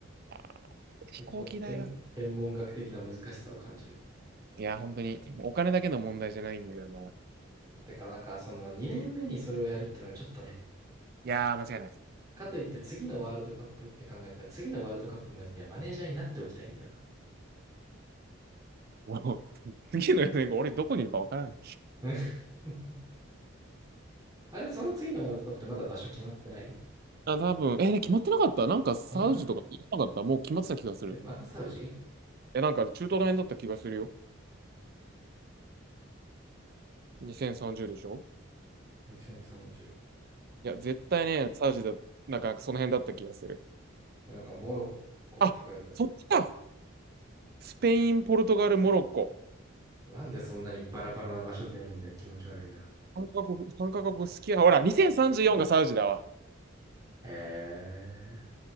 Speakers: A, on the right; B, on the right.
A: あー飛行機代が。
B: 結構天、天文学的な難しさを感じる。
A: いや、本当に、もうお金だけの問題じゃないんだよな。い
B: てか、なんか、その2年目にそれをやるってのはちょっとね、
A: やー、間違いない。
B: かといって次のワールドカップって考えたら、次のワールドカップまでにはマネージャーになっておきたいんだよな。
A: もう、<laughs> 次のよねん後、俺どこにいるかわからない。
B: <laughs> あれ、その次のワールドカップってまだ場所決まってない
A: あ、多分、えー、ね決まってなかったなんかサウジとか決まってなかったもう決まってた気がする。
B: ワールドカップ。え、またサウジ
A: え、なんか中東の辺だった気がするよ。2030でしょ
B: ?2030。
A: いや、絶対ね、サージだ、なんかその辺だった気がする。
B: なんか、モロッコって書いてある。
A: あ、そっちか。スペイン、ポルトガル、モロッコ。
B: なんでそんなにバラバラな場所でやるんだよ。気持ち悪いな。
A: 3カ国、三カ国好きや。ほら、2034がサウジだわ。
B: へえ。